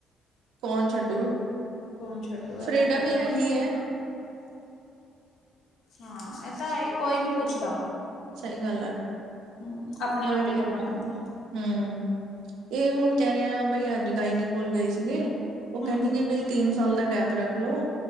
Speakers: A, on the right; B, on the left.
A: ਕੋਣ ਛੱਡੂ।
B: ਕੌਣ ਛੱਡੋ ਇਹ
A: ਫਰੀਡਮ
B: ਤਾਂ ਹੈ ਹੀ।
A: ਇਹੀ ਹੈ
B: ਹਾਂ, ਇਹ ਤਾਂ ਹੈ ਇ ਕੋਈ ਨੀ ਪੁੱਛਦਾ।
A: ਸਹੀ ਗੱਲ ਆ
B: ਹਮ ਆਪਣੇ
A: ਕੋਈ
B: ਆਪ
A: ਵੀ
B: ਹੀ
A: ਨੀ
B: ਕਰਨਾ
A: ਪੁਛ
B: ਪੈਂਦਾ
A: ਹਮ। ਇਹ ਹੁਣ ਕਹਿ ਰਿਹਾ ਬਈ ਅੱਜ ਗਾਇਨੀ ਕੋਲ ਗਏ ਸੀਗੇ ਉਹ
B: ਹਮ
A: ਕਹਿੰਦੀ ਕਿ ਬਈ। ਤਿੰਨ ਸਾਲ ਦਾ ਗੈਪ ਰੱਖ ਲੋ